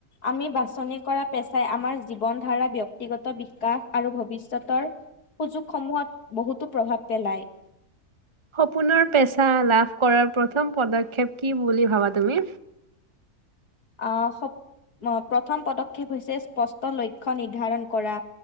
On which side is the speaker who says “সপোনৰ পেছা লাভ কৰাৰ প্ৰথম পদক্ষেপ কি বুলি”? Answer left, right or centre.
Right